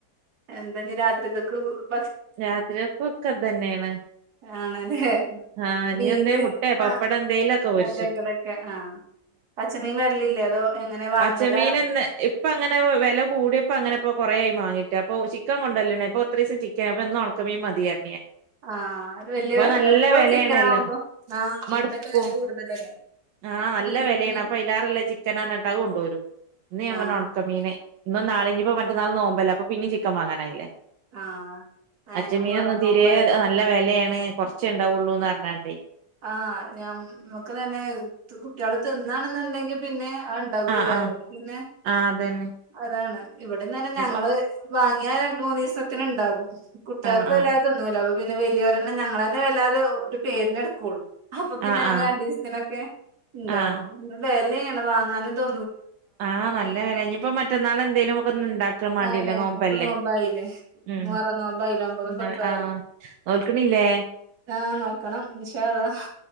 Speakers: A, on the right (about 60°); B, on the right (about 80°).
A: എന്തെഞ്ഞി രാത്രിക്കൊക്കെ ക്ക്
B: രാത്രിയ്ക്കൊക്കെ ഇതന്നെയാണ്
A: ആണല്ലേ
B: ആഞ്ഞി
A: മീന്
B: എന്തേം മുട്ടെ പപ്പടം
A: ആഹ്
B: എന്തെലൊക്കെ പൊരിച്ചു
A: അതെങ്കിലൊക്കെ ആഹ് പച്ചമീൻ വരലില്ലേ അതോ എങ്ങനെ വാങ്ങലാ
B: പച്ചമീൻ എന്ന ഇപ്പ അങ്ങനെ വില കൂടിയപ്പോ അങ്ങനെപ്പ കൊറയായി വാ അപ്പോ ചിക്കൻ കൊണ്ടുവരലാണ് അപ്പോത്രദിസം ക്കെ ഇന്ന് ഉണക്കമീൻ മതിയായിരുന്നു
A: ആഹ് അത് വല്യ
B: അപ്പൊ നല്ല
A: എപ്പളും
B: വിലയാണല്ലോ
A: ചിക്കനാവുമ്പോ ആഹ് മീനിനൊക്കെ
B: മടുപ്പും
A: വെല കൂടുതലല്ലേ
B: ആഹ് നല്ല
A: മീൻ
B: വിലയാണ്
A: മീൻ
B: അപ്പ എല്ലാരെല്ലാം ചിക്കനാനിണ്ടാവാ അത് കൊണ്ടുവരും ഇന്ന് ഞാൻ
A: ആഹ്
B: പറഞ്ഞ് ഉണക്കമീനായി ഇന്നും നാളെയും ഇനിയിപ്പോ മറ്റന്നാള് നോമ്പല്ലേ അപ്പ പിന്നെ ചി ക്കം വാങ്ങാനായില്ലേ
A: ആഹ് അയന്നെ
B: അച്ചമീനൊന്നും
A: മുഹറം
B: തീരെ
A: നോമ്പായില്ലേ
B: നല്ല വിലയാണ് കൊറച്ചുണ്ടാവുള്ളൂന്ന് പറഞ്ഞാണ്ടേ
A: ആഹ് ഞാൻ നമക്ക് തന്നെ കുട്ടികൾ തിന്നാണെന്നുണ്ടെങ്കിൽ പിന്നെ ആണ്ടാകൂല്ലാലോ
B: ആഹ് ആഹ്
A: പിന്നെ
B: ആഹ് അതന്നെ
A: അതാണ് ഇവിടെന്ന് തന്നെ
B: ഇനിപ്പോ
A: ഞങ്ങള് വാങ്ങിയാ രണ്ട് മൂന്നീസത്തിന് ഇണ്ടാകും കുട്ടികൾക്ക്
B: ആഹ്
A: വല്ലാതെ
B: ആഹ്
A: തിന്നൂല <unintelligible> വലിയോരെന്നെ ഞങ്ങളെന്നെ വല്ലാതെ ഒരു പേരിനെടുത്ത് ക്കോളും അപ്പൊ പിന്നെ
B: ആഹ്
A: അങ്ങനെ
B: ആഹ്
A: രണ്ടീസത്തിനൊക്കെ ഉണ്ടാവും
B: ആഹ്
A: വെലയാ ണം വാങ്ങാനും തോ
B: ആഹ് നല്ല വില ഇനിയിപ്പോ മറ്റന്നാൾ എന്തേലും ഒക്കെ ഇണ്ടാക്കാൻ വേണ്ടിയല്ലോ
A: അതെന്നെ ഞങ്ങക്ക്
B: നോമ്പല്ലേ
A: നോമ്പായില്ലേ
B: ഉം
A: മുഹറം നോമ്പായില്ലേ ഒമ്പതും പത്തും
B: ആഹ്
A: ആയല്ലോ
B: ആഹ് നോൽക്ക്ണില്ലേ?
A: ആഹ് നോക്കണം ഇൻഷാ അള്ളാ